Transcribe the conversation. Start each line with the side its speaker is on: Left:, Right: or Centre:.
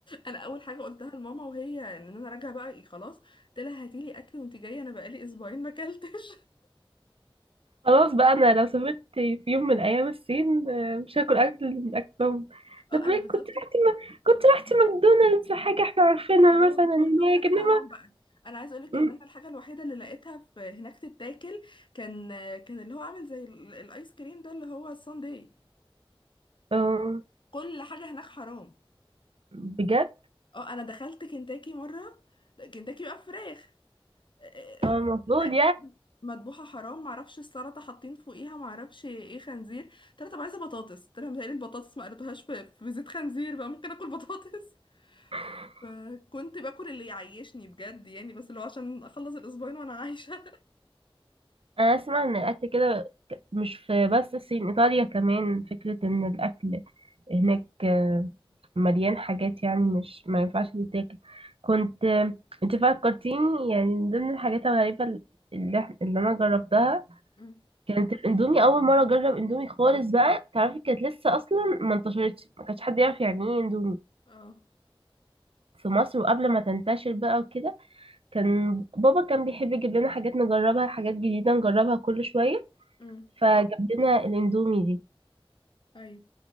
Left: انا اول حاجة قلتها لماما وهي ان انا راجعة بقى إيه، خلاص قلت لها هاتيلي اكل وانت جاية انا بقالي اسبوعين ما اكلتش
Right: خلاص بقى انا لو سافرت في يوم من الايام الصين آه، مش هاكل اكل من اكلهم
Left: <laughs> اه
Right: طب
Left: انا بالظبط
Right: كنت رحت م... كنت رحت ماكدونالدز حاجة احنا عارفينها
Left: حرام
Right: مثلا
Left: كله
Right: هناك
Left: هناك
Right: انما
Left: حرام بقى انا عايز اقولك
Right: م-
Left: ان انا الحاجه الوحيده اللي لقيتها في هناك تتاكل كان كان اللي هو عامل زي ال- الايس كريم ده اللي هو الساندي
Right: آه،
Left: كل حاجه هناك حرام
Right: بجد
Left: اه انا دخلت كنتاكي مره كنتاكي بقى فراخ آه، آه،
Right: آه،
Left: آه،
Right: المفروض
Left: لقيتها برضه مذبوحه حرام معرفش السلطه حاطين فوقيها معرفش ايه خنزير قلت لها طب عايزه بطاطس قلت لها متهيألي البطاطس ما قلتوهاش في في زيت خنزير بقى ممكن اكل بطاطس
Right: يعني
Left: فكنت باكل اللي يعيشني بجد يعني بس اللي هو عشان اخلص الاسبوعين وانا عايشه
Right: انا اسمع ان الاكل كده ك- مش في بس الصين ايطاليا كمان فكرة ان الاكل هناك آه، مليان حاجات يعني مش ما ينفعش تتاكل كنت آه، انت فكرتيني يعني من ضمن الحاجات الغريبة اللي, إح- اللي انا جربتها
Left: مم.
Right: كانت الاندومي اول مرة اجرب اندومي خالص بقى تعرفي كانت لسه اصلا ما انتشرتش ما كانش حد يعرف يعني ايه اندومي
Left: اه
Right: في مصر وقبل ما تنتشر بقى وكده كان بابا كان بيحب يجيب لنا حاجات نجربها حاجات جديدة نجربها كل شوية
Left: مم.
Right: فجاب لنا الاندومي دي
Left: ايوه